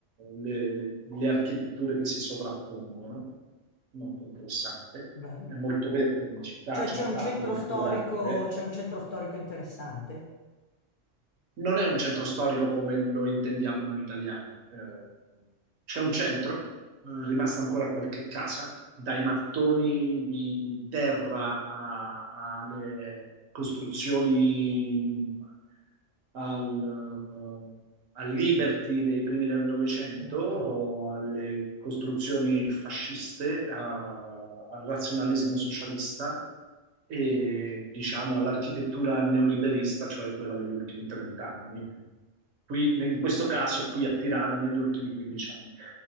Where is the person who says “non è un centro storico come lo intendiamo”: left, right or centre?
Right